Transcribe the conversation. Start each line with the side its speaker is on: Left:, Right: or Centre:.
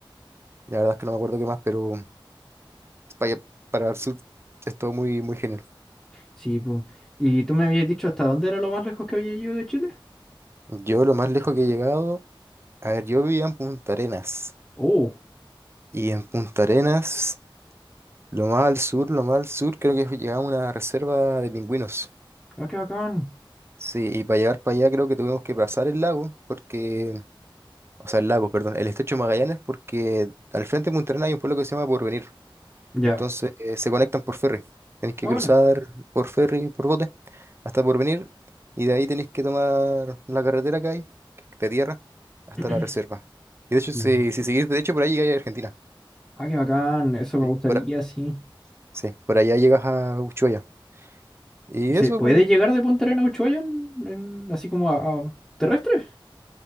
Right: La verdad es que no me acuerdo qué más, pero para, para el sur es todo muy, muy genial.
Centre: Sí, pum. ¿Y tú me habías dicho hasta dónde era lo más lejos que había ido de Chile?
Right: Yo lo más lejos que he llegado A ver, yo vivía en Punta Arenas.
Centre: Oh,
Right: Y en Punta Arenas, lo más al sur, lo más al sur, creo que llegaba una reserva de pingüinos.
Centre: ah, qué bacán.
Right: Sí, y para llegar para allá creo que tuvimos que pasar el lago, porque, o sea, el lago, perdón, el estrecho de Magallanes, porque al frente de Punta Arenas hay un pueblo que se llama Porvenir.
Centre: Ya.
Right: Entonces, eh, se conectan por ferry. Tenéis que
Centre: Ah,
Right: cruzar
Centre: bueno.
Right: por ferry, por bote, hasta Porvenir, y de ahí tenéis que tomar la carretera que hay, que es de tierra, hasta
Centre: <clears throat>
Right: la reserva. Y de hecho, si,
Centre: Mm.
Right: si seguís derecho por ahí llegáis a Argentina.
Centre: Ah, qué bacán. Eso me
Right: Sí.
Centre: gustaría,
Right: Por,
Centre: sí.
Right: Sí, por allá llegas a Ushuaia. Y
Centre: ¿Y se
Right: eso,
Centre: puede
Right: po,
Centre: llegar de Punta Arenas a Ushuaia en, en- así como a, a- terrestre?